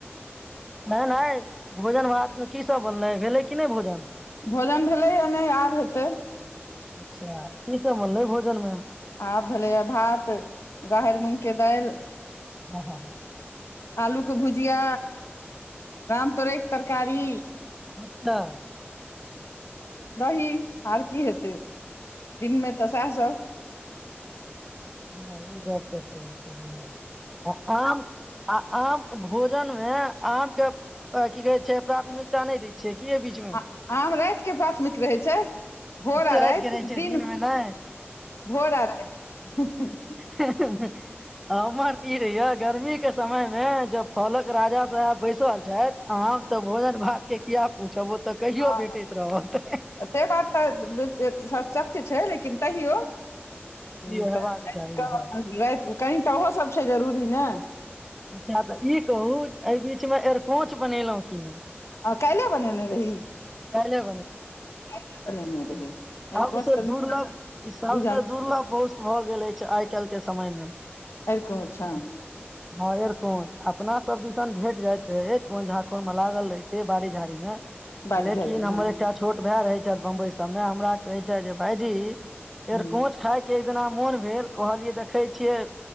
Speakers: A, in the centre; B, on the left.
A: नहि नहि भोजन भातमे की सब बनलै भेलै कि नहि भोजन
B: भोजन भेलै या नहि आब हेतै
A: अच्छा की सब बनले भोजन मे
B: आब भेलैए भात राहरि मूँगके दालि
A: ह ह
B: आलूके भुजिया राम तोरैके तरकारी
A: <unintelligible>
B: दही आर की हेतै दिनमे तऽ सएह सब
A: ई बात तऽ सही छै आम आ आम भोजन मे आम के की कहै छै प्राथमिकता नहि दय छि छेकी बीचमे
B: आ- आम रैतके प्राथमिक रहै छै भोर आ
A: राति
B: राइत
A: के रहै छै
B: दिन
A: मे नहि
B: भोर आ राइत
A: ह ह हमर तऽ ई रहहिय गर्मी के समय मे ज फलक राजा साहेब बैसल छथि हम तऽ भोजन भात के किया पूछब ओ तऽ कहियो
B: हँ
A: भेटैत रहत
B: से बात तऽ सशत्य छै लेकिन तैयो ह
A: इहो
B: तऽ
A: हेबाक चाही ई सब
B: रऽ रा कनि तऽ ओहोसभ छै जरूरी ने
A: अच्छा तऽ ई कहू एहि बीचमे अरकोंच बनेलहुँ कि नहि
B: आ काइले बनेने रही
A: काल्हि
B: आई बनेने रही
A: सबसे
B: अरिकोंच तऽ मिथिलाके
A: दुर्लभ ई सबसे
B: बुझल
A: दुर्लभ पोस्त भऽ गेल अछि छै आइ काल् के समय मे
B: आक अचछा <unintelligible> <unintelligible>
A: हायरक <unintelligible> <unintelligible> चोंच अपना सब दिसन भेट जाइत रहे चोंच झाखुर मे लागल रहे छै बाड़ी झाड़ी में
B: बाड़ी
A: लेकिन
B: झाड़ी
A: हमर
B: मे हँ
A: एकटा छोट भाय रहैत छथि बम्बई सभमे हमरा कहैत छथि जे भायजी
B: हम्म।
A: एरकोच खाय के एक दिना मोन भेल कहलियै देखै छियै